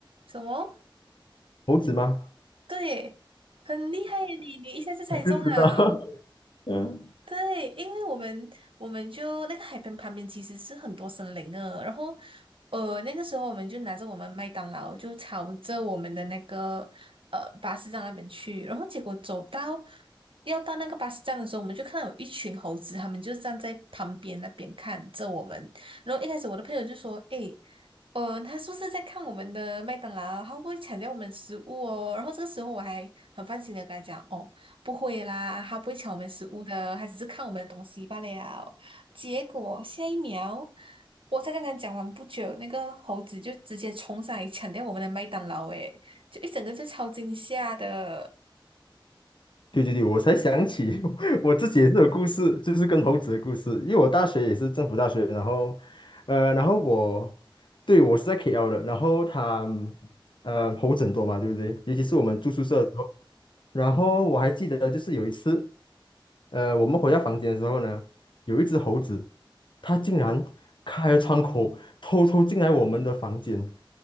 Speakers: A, on the right; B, on the left.
A: 什么？
B: 猴子吗？
A: 对，很厉害耶你，你一下就猜中了。
B: 我就知道，<laughs> 嗯，
A: 对，因为我们我们就那个海边旁边其实是很多森林的，然后呃那个时候我们就拿着我们麦当劳就朝着我们的那个呃巴士站那边去，然后结果走到要到那个巴士站的时候，我们就看到有一群猴子，他们就站在旁边那边看着我们，然后一开始我的朋友就说：“诶。”呃，他是不是在看我们的麦当劳，他会不会抢掉我们的食物哦。然后这个时候我还很放心的跟他讲，哦。不会啦，他不会抢我们食物的，他只是看我们的东西罢了。结果下一秒，我才刚刚讲完不久，那个猴子就直接冲上来抢掉我们的麦当劳，诶，就一整个就超惊吓的。
B: 对对对，我才想起 <laughs> 我自己也是有故事，就是跟猴子的故事。因为我大学也是政府大学，然后，呃，然后我，对，我是在 KL 的，然后他，呃，猴子很多嘛，对不对？尤其是我们住宿舍的时候，然后我还记得就是有一次。呃，我们回到房间的时候呢，有一只猴子，它竟然开了窗口，偷偷进来我们的房间，